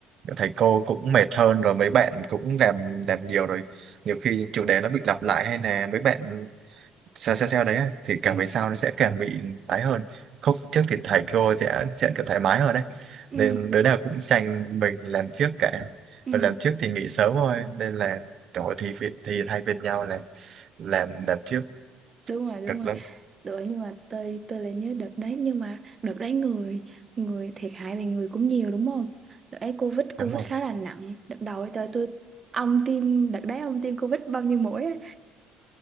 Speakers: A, on the right (about 55°); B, on the right (about 35°).
A: thầy cô cũng mệt hơn rồi mấy bạn cũng làm làm nhiều rồi nhiều khi chủ đề nó bị lặp lại hay là mấy bạn sao sao sao đấy ấy, thì càng
B: ừ
A: về sau nó sẽ càng bị tái hơn khúc trước thì thầy cô sẽ sẽ kiểu thoải mái hơn đấy
B: ừ
A: nên đứa nào cũng tranh mình làm trước cả
B: ừ
A: và làm trước thì nghỉ sớm thôi nên là trời ơi, thì thì thay phiên nhau là làm làm trước
B: đúng rồi đúng
A: cực
B: rồi
A: lắm
B: rồi nhưng mà tôi tôi lại nhớ đợt đấy nhưng mà đợt đấy người người thiệt hại về người cũng nhiều đúng không đợt đấy covid covid
A: đúng rồi
B: khá là nặng đợt đầu ấy tôi tôi ông tiêm đợt đấy ông tiêm covid bao nhiêu mũi ấy